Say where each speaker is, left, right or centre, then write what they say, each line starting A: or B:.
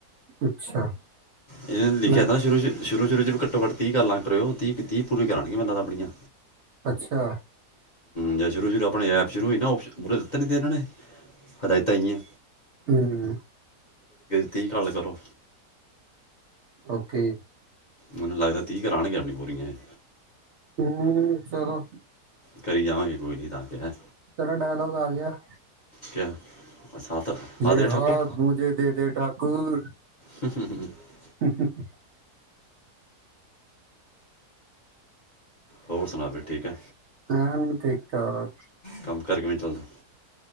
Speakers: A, on the right; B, on the left.
A: ਅੱਛਾ
B: ਇਹਨੇ ਲਿਖਿਆ
A: ਮੈਂ
B: ਨਾ ਸ਼ੁਰੂ ਚ, ਸ਼ੁਰੂ ਚ ਘੱਟ ਤੀਹ ਲੱਗ ਰਹੀਓ, ਤੀਹ-ਤੀਹ ਪੂਰੀ ਕਰਾਗੇ ਮੈਨੂੰ ਤਾਂ ਆਪਣੀਆਂ।
A: ਅੱਛਾ।
B: ਜਾਂ ਸ਼ੁਰੂ-ਸ਼ੁਰੂ ਆਪਣੇ ਐਪ ਸ਼ੁਰੂ ਹੋਈ ਨਾ ਓਪਸਨ ਤਦ ਤਕ ਇਹਨਾਂ ਨੇ ਹਦਾਇਤਾਂ ਜਿਹੀਆਂ।
A: ਹਮ
B: ਤੀਹ ਕਾਲ ਕਰੋ
A: ਓਕੇ
B: ਮੈਨੂੰ ਲੱਗਦਾ ਤੀਹ ਕਰਉਣਗੇ ਆਪਣੀ ਪੂਰੀਆਂ ਇਹ
A: ਹਮ ਚਲੋ
B: ਕਰੀ ਜਾਵਾਂਗੇ ਕੋਈ ਨੀ ਤਾਂ ਕਿਹੜਾ
A: ਤੇਰਾ ਡਾਇਲੋਗ ਆ ਗਿਆ
B: ਕਿਆ ਸਾਥ
A: ਯੇ
B: ਆਦੇ
A: ਹਾਥ
B: ਠਾਕੁਰ
A: ਮੁਝੇ ਦੇ ਦੇ ਠਾਕੁਰ
B: <unintelligible>
A: <unintelligible>
B: ਹੋਰ ਸੁਣਾ ਫਿਰ ਠੀਕ ਐ?
A: ਐਨ ਠੀਕ ਠਾਕ
B: ਕੰਮ ਕਰ ਕਿਵੇਂ ਚੱਲਦਾ